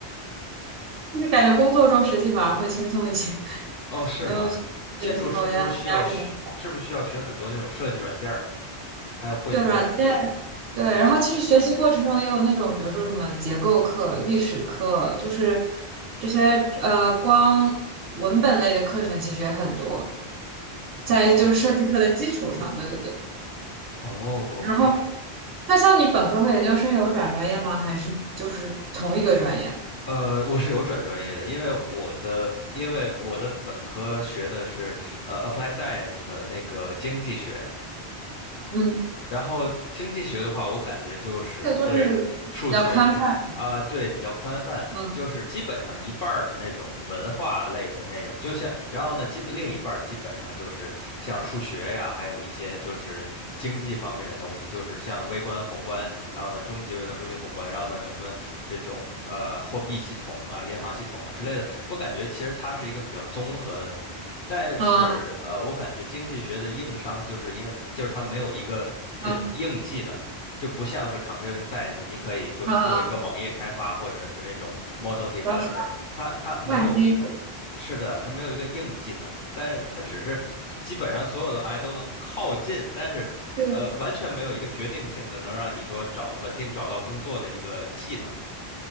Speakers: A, on the right; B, on the left.
A: 就是感觉工作中实际反而会轻松一些，
B: 哦，是吗？
A: 没有
B: 建筑是不是需要学，
A: 那时候压压力那么大。
B: 是不是需要学很多那种设计软件儿，还有绘图软件儿？
A: 对软件，对，然后其实学习过程中也有那种，比如说什么结构课、历史课，就是这些呃光文本类的课程其实也很多，
B: 哦，
A: 在就是设计课的基础上，对对对。
B: 哦，OK，
A: 然后那像你本科和研究生有转专业吗？还是就是同一个专业？
B: 呃，我是有转专业的，因为我的因为我的本科学的是呃 Apply Science 的那个经济学，
A: 嗯，
B: 然后经济学的话，我感觉就是会数学偏啊，
A: 这个都是比较宽泛。
B: 对，比较宽泛，
A: 嗯
B: 就是基本上一半儿是那种文化类的内容，就像，然后呢，基本另一半儿基本上就是像数学呀，还有一些就是经济方面的东西，就是像微观、宏观，然后呢，中级微观、中级宏观，然后呢，什么这种呃货币系统啊、银行系统啊之类的，我感觉其实它是一个比较综合的东西。但是呃，
A: 嗯嗯
B: 我感觉经济学的硬伤就是因为就是它没有一个这种硬技能，
A: 嗯，嗯，
B: 就不像是 computing science，你可以就是做一个网页开发或者是那种
A: 嗯
B: model developer，
A: 然后。
B: 它它没有一个。
A: 万金油。
B: 是的，它没有一个硬技能，但是它只是基本上所有的行业都能靠近，但是，
A: 对的。
B: 呃，完全没有一个决定性的能让你说找稳定找到工作的一个技能。